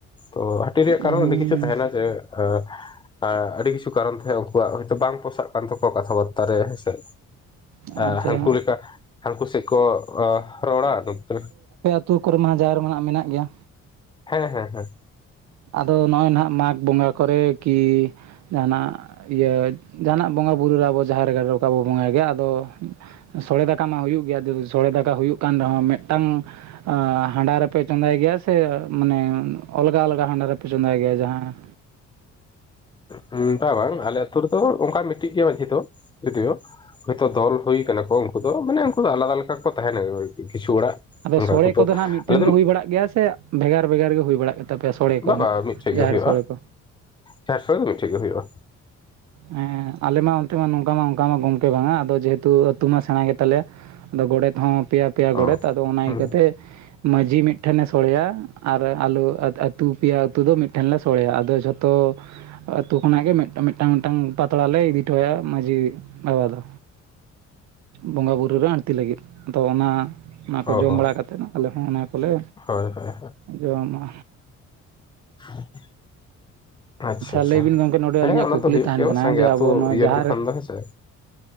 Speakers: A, on the left; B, on the right.
A: ᱛᱚ ᱦᱟᱹᱴᱤᱧ ᱨᱮᱭᱟᱜ
B: ᱦᱩᱸ
A: ᱠᱟᱨᱚᱱ ᱟᱹᱰᱤ ᱠᱤᱪᱷᱩ ᱛᱟᱦᱮᱱᱟ ᱡᱮᱼᱼ ᱟᱸᱜᱼᱼ ᱟᱸ ᱟᱹᱰᱤ ᱠᱤᱪᱷᱩ ᱠᱟᱨᱚᱱ ᱛᱟᱦᱮᱸ ᱩᱱᱠᱩᱣᱟᱜ ᱦᱚᱭᱛᱚ ᱵᱟᱝ ᱯᱚᱥᱟᱜ ᱠᱟᱱ ᱛᱟᱠᱚᱣᱟ ᱠᱟᱛᱷᱟ ᱵᱟᱨᱛᱟ ᱨᱮ ᱦᱮᱸᱥᱮ᱾
B: ᱟᱪᱪᱷᱟ
A: ᱮᱸ ᱦᱟᱹᱱᱠᱩ ᱞᱮᱠᱟ ᱦᱟᱹᱱᱠᱩ ᱥᱮᱜ ᱠᱚ ᱚ ᱨᱚᱲᱟ ᱱᱚᱛᱮᱼᱼ
B: ᱛᱩ ᱠᱚᱨᱮ ᱢᱟ ᱡᱟᱦᱮᱨ ᱢᱟ ᱢᱮᱱᱟᱜ ᱜᱮᱭᱟ᱾
A: ᱦᱮᱸ ᱦᱮᱸ ᱦᱮᱸ᱾
B: ᱟᱫᱚ ᱱᱚᱜ-ᱚᱭ ᱱᱟᱦᱟᱸᱜ ᱢᱟᱜᱽ ᱵᱚᱸᱜᱟ ᱠᱚᱨᱮ ᱠᱤᱼᱼ ᱡᱟᱦᱟᱸ ᱱᱟᱜ ᱤᱭᱟᱹ ᱡᱟᱦᱟᱸ ᱱᱟᱜ ᱵᱚᱸᱜᱟᱼᱵᱩᱨᱩ ᱨᱮ ᱟᱵᱚ ᱡᱟᱦᱮᱨ ᱜᱟᱲ ᱨᱮ ᱚᱱᱠᱟ ᱵᱚ ᱵᱚᱸᱜᱟᱭ ᱜᱮᱭᱟ ᱟᱫᱚᱼᱼ ᱥᱚᱲᱮ ᱫᱟᱠᱟ ᱢᱟ ᱦᱩᱭᱩᱜ ᱜᱮᱭᱟ ᱡᱩᱫᱤ‌ ᱥᱚᱲᱮ ᱫᱟᱠᱟ ᱦᱩᱭᱩᱜ ᱠᱟᱱ ᱨᱮᱦᱚᱸ ᱢᱮᱜᱴᱟᱝᱼᱼ ᱚᱻ ᱦᱟᱸᱰᱟ ᱨᱮᱯᱮ ᱪᱚᱸᱫᱟᱭ ᱜᱮᱭᱟ ᱥᱮ ᱢᱟᱱᱮ ᱚᱞᱜᱟ ᱚᱞᱚᱜᱽᱼᱼ ᱦᱟᱸᱰᱟ ᱨᱮᱯᱮ ᱪᱚᱸᱫᱟᱭ ᱜᱮᱭᱟ ᱡᱟᱦᱟᱸ
A: ᱦᱩᱸ ᱚᱝᱠᱟ ᱵᱟᱝ ᱟᱞᱮ ᱟᱹᱛᱩ ᱨᱮᱫᱚ ᱚᱱᱠᱟ ᱢᱤᱫᱴᱤᱡ ᱜᱮ ᱢᱟᱡᱷᱤ ᱫᱚ ᱡᱩᱫᱤᱭᱳ ᱱᱤᱛᱳᱜ ᱫᱚ ᱦᱳᱭᱠᱟᱱᱟᱠᱚ ᱦᱩᱭ ᱠᱟᱱᱟ ᱠᱚ ᱩᱱᱠᱩ ᱫᱚ ᱢᱟᱱᱮ ᱩᱱᱠᱩ ᱫᱚ ᱟᱞᱟᱫᱟ ᱞᱮᱠᱟ ᱠᱚ ᱛᱟᱦᱮᱱᱟ ᱟᱨᱠᱤ ᱠᱤᱪᱷᱩ ᱚᱲᱟᱜ
B: ᱟᱫᱚ
A: ᱚᱱᱠᱟ
B: ᱥᱚᱲᱮ
A: ᱠᱤᱱᱛᱩ
B: ᱠᱚᱫᱚ ᱦᱟᱸᱜ ᱢᱤᱫᱴᱷᱮᱱ
A: ᱟᱞᱮ ᱫᱚ
B: ᱜᱮ ᱦᱩᱭ ᱵᱟᱲᱟᱜ ᱜᱮᱭᱟ ᱥᱮ ᱵᱷᱮᱜᱟᱨ ᱵᱷᱮᱜᱟᱨ ᱜᱮ ᱦᱩᱭ ᱵᱟᱲᱟᱜ-ᱟ? ᱛᱟᱯᱮᱭᱟ ᱥᱚᱲᱮ ᱠᱚ
A: ᱵᱟᱵᱟ
B: ᱦᱟᱸᱜ
A: ᱢᱤᱫᱴᱷᱮᱡ
B: ᱡᱟᱦᱮᱨ
A: ᱜᱮ ᱦᱩᱭᱩᱜᱼᱟ
B: ᱥᱚᱲᱮ ᱠᱚ᱾
A: ᱪᱟᱨᱥᱚ ᱫᱚ ᱢᱤᱫᱴᱷᱮᱡ ᱜᱮ ᱦᱩᱭᱩᱜᱼᱟ
B: ᱦᱮᱸ ᱟᱞᱮ ᱢᱟ ᱚᱱᱛᱮ ᱢᱟ ᱱᱚᱝᱠᱟ ᱢᱟ ᱚᱱᱠᱟ ᱢᱟ ᱜᱚᱝᱠᱮ ᱵᱟᱝᱟ ᱟᱫᱚ ᱡᱮ ᱦᱮᱛᱩ ᱟᱹᱛᱩ ᱢᱟ ᱥᱮᱬᱟ ᱜᱮᱛᱟ ᱞᱮᱭᱟ᱾ ᱟᱫᱚ ᱜᱚᱰᱮᱛ ᱦᱚᱸ ᱯᱮᱭᱟ ᱯᱮᱭᱟ ᱜᱚᱰᱮᱛ
A: ᱚ
B: ᱟᱫᱚ ᱚᱱᱟ
A: ᱦᱩᱸ
B: ᱤᱭᱠᱟᱹ ᱛᱮ᱾ ᱢᱟᱺᱡᱷᱤ ᱢᱤᱫ ᱴᱷᱮᱱᱮ ᱥᱚᱲᱮᱭᱟ ᱟᱨ ᱟᱞᱚ ᱟᱹᱛᱩ ᱯᱮᱭᱟ ᱟᱸᱛᱩ ᱫᱚ ᱢᱤᱫᱼᱼ ᱴᱷᱮᱱ ᱞᱮ ᱥᱚᱲᱮᱭᱟ ᱟᱫᱚ ᱡᱷᱚᱛᱚᱼᱼ ᱟᱹᱛᱩ ᱠᱷᱚᱱᱟᱜ ᱜᱮ ᱢᱤᱜᱴᱟᱝ ᱢᱤᱜᱴᱟᱝ ᱯᱟᱛᱲᱟ ᱞᱮ ᱤᱫᱤ ᱚᱴᱚ ᱣᱟᱭᱟ ᱢᱟᱺᱡᱷᱤ ᱵᱟᱵᱟ ᱫᱚ᱾ ᱵᱚᱸᱜᱟ ᱵᱩᱨᱩ ᱨᱮ ᱟᱬᱛᱤ ᱞᱟᱹᱜᱤᱫ ᱛᱚ ᱚᱱᱟᱼᱼ ᱚᱱᱟ ᱠᱚ
A: ᱚ ᱚ
B: ᱡᱚᱢ ᱵᱟᱲᱟ ᱠᱟᱛᱮᱫ ᱟᱞᱮ ᱦᱚᱸ ᱚᱱᱟ ᱠᱚᱞᱮ
A: ᱦᱳᱭ ᱦᱳᱭ ᱦᱳᱭ
B: ᱡᱚᱢᱟ᱾
A: <inaudible> ᱟᱪᱪᱷᱟ ᱟᱪᱪᱷᱟ
B: ᱞᱟᱹᱭ ᱵᱤᱱ ᱜᱚᱢᱠᱮ ᱱᱚᱰᱮ ᱟᱹᱞᱤᱧᱟᱜ
A: ᱦᱮᱸ ᱚᱱᱟ
B: ᱠᱩᱠᱞᱤ
A: ᱫᱚ ᱦᱩᱭᱩᱜ
B: ᱛᱟᱦᱮᱱ
A: ᱜᱮᱭᱟ
B: ᱠᱟᱱᱟ
A: ᱥᱟᱸᱜᱮ
B: ᱡᱮ ᱟᱵᱚ
A: ᱟᱛᱩ
B: ᱱᱚᱜᱼᱚᱭ
A: ᱤᱭᱟᱹ
B: ᱡᱟᱦᱟᱸ
A: ᱞᱮᱱᱠᱷᱟᱱ
B: ᱨᱮ
A: ᱫᱚ ᱦᱮᱸᱥᱮ᱾